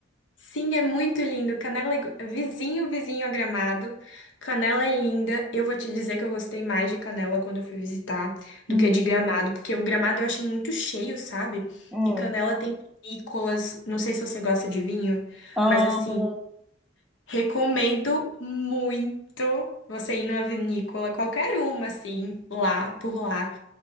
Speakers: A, on the left; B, in the centre.
A: Sim, é muito lindo. Canela é gu- vizinho, vizinho a Gramado. Canela é linda. Eu vou te dizer que eu gostei mais de Canela quando eu fui visitar
B: Hum,
A: do que de Gramado, porque o Gramado eu achei muito cheio, sabe?
B: é.
A: E Canela tem vinícolas. Não sei se você gosta de vinho,
B: Amo.
A: mas assim, recomendo muito você ir numa vinícola, qualquer uma, assim, lá, por lá.